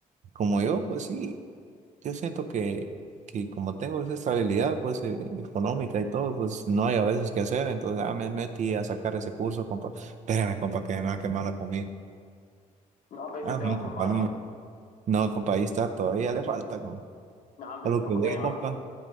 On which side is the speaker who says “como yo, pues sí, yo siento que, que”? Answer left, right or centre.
Right